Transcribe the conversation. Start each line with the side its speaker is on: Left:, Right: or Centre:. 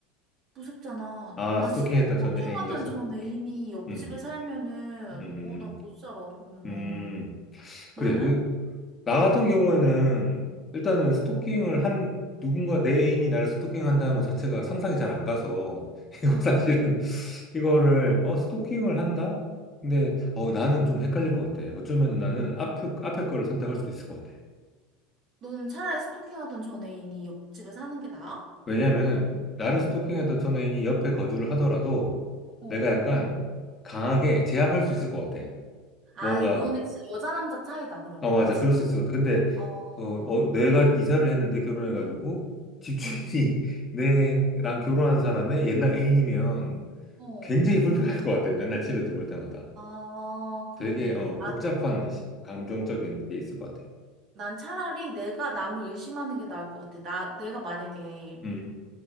Right: 무섭잖아.
Left: 아,
Right: 나
Left: 스토킹했던
Right: 스-
Left: 전
Right: 스토킹하던
Left: 애인이어서.
Right: 전 애인이 옆집에
Left: 음,
Right: 살면은,
Left: 음. 음.
Right: 어, 난 못 살아. 그럼
Left: 음.
Right: 너는.
Left: 음,
Right: 너는?
Left: 그래. 그, 나 같은 경우에는 일단은 스토킹을 한, 누군가 내 애인이 나를 스토킹한다는 것 자체가 상상이 잘 안 가서, <laughs> 이거
Right: 응.
Left: 사실은, 이거를, 어, 스토킹을 한다? 근데, 어, 나는 좀 헷갈릴 것 같아. 어쩌면 나는 앞에, 앞에 거를 선택할 수도 있을 것 같아.
Right: 너는 차라리 스토킹하던 전 애인이 옆집에 사는 게 나아?
Left: 왜냐면은, 나를
Right: 어,
Left: 스토킹했던 전 애인이 옆에 거주를 하더라도,
Right: 어.
Left: 내가 약간 강하게 제압할 수 있을 것 같아.
Right: 아,
Left: 뭔가,
Right: 이거는 진짜 여자 남자 차이다, 그러면.
Left: 아, 맞아.
Right: 그치?
Left: 그럴 수 있을 것 같아. 근데,
Right: 어,
Left: 어, 어, 내가 이사를 했는데 결혼해가지고, 집주인이
Right: 응,
Left: <laughs> 내랑 결혼한 사람의 옛날 애인이면
Right: 어.
Left: 굉장히 불편할 것 같아. 맨날 집에 들어올 때마다.
Right: 아, 그러네.
Left: 되게, 어,
Right: 난,
Left: 복잡한 시- 감정적인 게 있을 것 같아.
Right: 난 차라리 내가 남을 의심하는 게 나을 것 같아. 나, 내가 만약에
Left: 음,